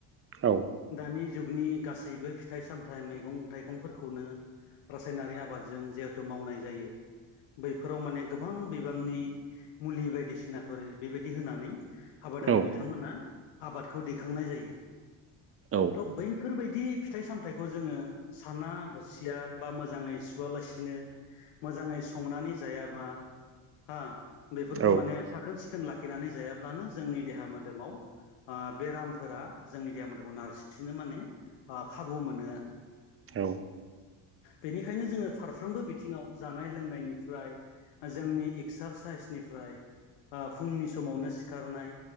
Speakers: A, on the right; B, on the left.
A: औ
B: दानि जुगनि गासैबो फिथाइ सामथाइ मैगं थाइ गंफोरखौनो रासायनारि आबादजों जिहेथु मावनाय जायो। बैफोराव माने गोबां बिबांनि मुलि बायदिसिनाफोर बेबायदि होनानै आबादारि
A: औ
B: बिथांमोना आबादखौ दैखांनाय जायो
A: औ
B: थ' बैफोरबायदि फिथाइ सामथाइखौ जोङो साना हसिया बा मोजाङै सुवालासिनो मोजाङै संनानै जायाबा हा बेफोरखौ
A: औ
B: माने साखोन सिखोन लाखिनानै जायाब्लानो जोंनि देहा मोदोमाव बेरामफोरा जोंनि देहाामखौ नारसिननो माने खाबु मोनो आरो।
A: औ
B: बेनिखायनो जोङो फारफ्रोमबो बिथिङाव जानाय लोंनायनिफ्राय जोंनि एक्सारसाइसनिफ्राय फुंनि समावनो सिखारनाय